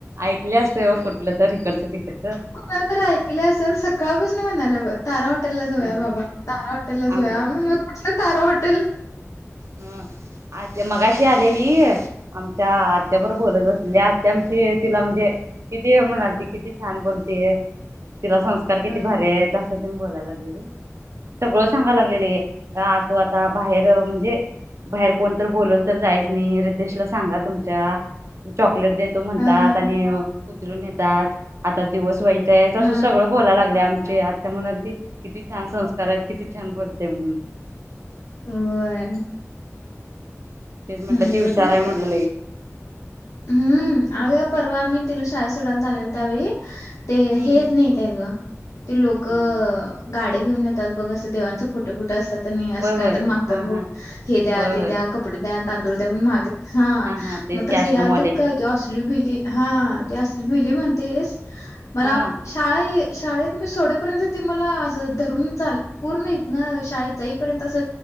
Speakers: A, on the right; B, on the left.
A: ऐकले असतेव कुठलं तर इकडचं तिकडचं
B: तुला तरर ऐकलं असेल सकाळ बसून म्हणाल्या बग तारा हॉटेल ला जाऊया
A: ह
B: बाबा तारा हॉटेलला जाऊया
A: आम
B: मग कुठलं तारा हॉटेल?
A: हम आ ते मग अशी आलेली. आमच्या आत्या बरो बोलत अससली आत्यामची तिला म्हणजे किती म्हणाल किती छान बोलते तिला संस् किती
B: अ
A: भारी आहे बोलायला लागले सगळं सांगाय लागलेलेू आता. बाहेर म्हणजे बाहेर कोण बोलवलं तर जायच नाही रद्देशला सांगा तुमच्या चॉकलेट देतो म्हणतात
B: अ
A: आणि उचलून नेहतात आता दिवस वाईट तसं
B: हां.
A: सगळं बोलाय लागले आमचे आत त्या म्हणा त किती छान संथ कराय किती छान बोलते म
B: होय
A: तेच म्हटलं
B: लई
A: ती हुशार
B: उडबडत्या
A: आहे म्हटलं
B: ती. हम्म अग परवा आम्ही तिला शाळेत सोडायला चालेल त्यावेळी ते
A: हम्म
B: हे
A: हम्म
B: येत नाही काय ग ते लोक
A: हम्म
B: गाडी घेऊन येतात बघ असं देवांचं फोटो फुटं असतात आणि असं
A: होय
B: काही
A: होय
B: तर मागतात
A: हा
B: ब
A: हा
B: हे द्या
A: होय
B: ते
A: होय
B: द्या कपडे द्या तांदूळ द्या म मागे हा
A: हा तेच
B: मग
A: की
B: तस
A: आश्रमवाले
B: काय त असली भिली हा ती असली भिली म्हणतेस म
A: हा
B: शाळा, शाळेत मी सोडपर्यंत ती मला धरून चाल पूर्ण इथ ना शाळेत जाईपर्यंत अस